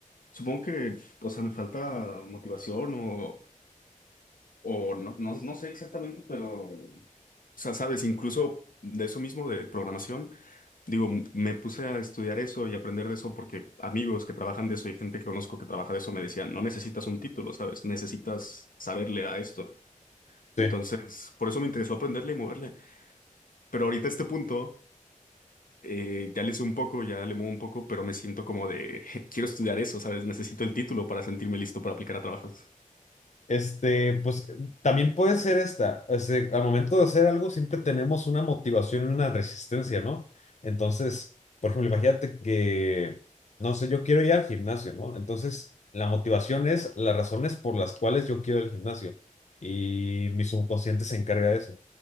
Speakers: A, on the left (about 85°); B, on the left (about 60°).
A: supongo que, o sea, me falta motivación o, o no, no, no sé exactamente, pero, o sea, sabes, incluso de eso mismo, de programación, digo, m- me puse a estudiar eso y aprender de eso porque amigos que trabajan de eso y gente que conozco que trabaja de eso me decían, no necesitas un título, ¿sabes? Necesitas saberle a esto.
B: Sí.
A: Entonces, por eso me interesó aprenderle y moverle. Pero ahorita a este punto... eh, ya le sé un poco, ya le muevo un poco, pero me siento como de, <laughs> quiero estudiar eso, ¿sabes? Necesito el título para sentirme listo para aplicar a trabajos.
B: Este, pues también puede ser esta. Este, al momento de hacer algo siempre tenemos una motivación y una resistencia, ¿no? Entonces, por ejemplo, imagínate que, no sé, yo quiero ir al gimnasio, ¿no? Entonces, la motivación es las razones por las cuales yo quiero ir al gimnasio. Y mi subconsciente se encarga de eso.